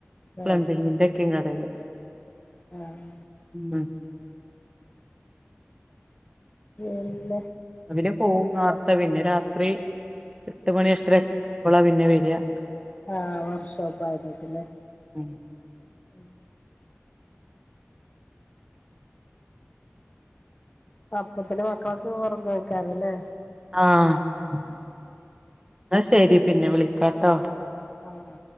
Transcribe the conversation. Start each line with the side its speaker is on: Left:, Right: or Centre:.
Right: പ്ലംബിങ്ങിൻ്റൊക്കെ
Left: ആഹ്
Right: കടേല്
Left: ആഹ്
Right: ഉം
Left: എല്ലാ
Right: അതിന് പോകും നേർത്തെ പിന്നെ രാ ത്രീ എട്ട് മണി എട്ടരൊക്കെ ആവുമ്പളാ പിന്നെ വെ <unintelligible>
Left: ആ വർക്ക്ഷോപ്പ് ആയതോണ്ട് ല്ലേ
Right: ഉം
Left: ഉം അപ്പൊത്തിനും മക്കളൊക്കെ ഒറങ്ങു <unintelligible>
Right: ആഹ് ഇന്നാ ശരി. പിന്നെ വിളിക്കാട്ടോ
Left: ആഹ് ആഹ്